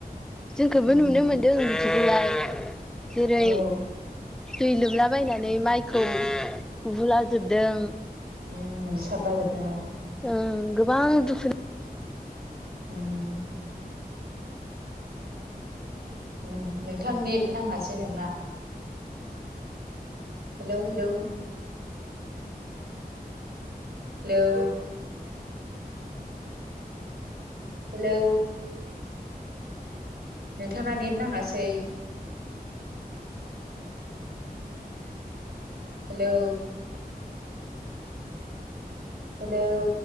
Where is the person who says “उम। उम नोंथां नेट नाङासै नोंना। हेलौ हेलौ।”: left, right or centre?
Right